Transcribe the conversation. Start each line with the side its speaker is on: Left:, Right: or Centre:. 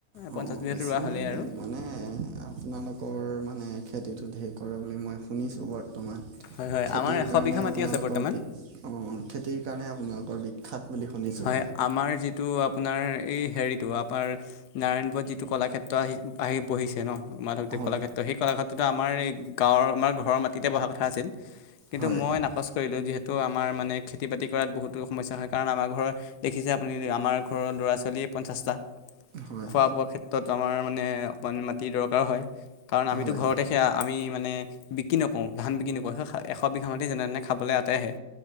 Right: অ
Left: পঞ্চাছ বিঘাটো
Right: বেছি
Left: ৰোৱা হ'লেই
Right: নাই
Left: আৰু
Right: মানে আপোনালোকৰ মানে খেতিটো ধঢেৰ কৰে বুলি মই শুনিছোঁ বৰ বৰ্তমান
Left: হয় হয়
Right: খেতিৰ
Left: আমাৰ এশ
Right: কাৰণে
Left: বিঘা মাটি
Right: আপোনালোকৰ
Left: আছে বৰ্তমান
Right: অ খেতিৰ কাৰণে আপোনালোকৰ বিখ্যাত বুলি শুনিছোঁ
Left: হয় আমাৰ যিটো আপোনাৰ এই হেৰিটো আপোনাৰ নাৰায়ণপুৰত যিটো কলাক্ষেত্ৰ আহি আহি বহিছে ন মাধৱদেৱ
Right: হয়
Left: কলাক্ষেত্ৰ সেই কলাক্ষেত্ৰতো আমাৰ এই গাঁৱৰ আমাৰ ঘৰৰ মাটিতে বহা কথা আছিল কিন্তু
Right: হয়
Left: মই নাকচ কৰিলোঁ যিহেতু তো আমাৰ মানে খেতি বাতি কৰাত বহুতো সমস্যা হয় কাৰণ আমাৰ ঘৰৰ দেখিছে আপুনি আমাৰ ঘৰৰ ল'ৰা ছোৱালীয়ে পঞ্চাশটা
Right: হয়
Left: খোৱা
Right: হয়
Left: বোৱা ক্ষেত্ৰত আমাৰ মানে অকণমান মাটি দৰকাৰ হয় কাৰণ আমিতো
Right: হয়
Left: ঘৰতে সেয়া আমি মানে বিক্ৰী নকৰো ধান বিক্ৰী নকৰো এশ বিঘা মাটি যেনে তেনে খাবলৈ আঁটহে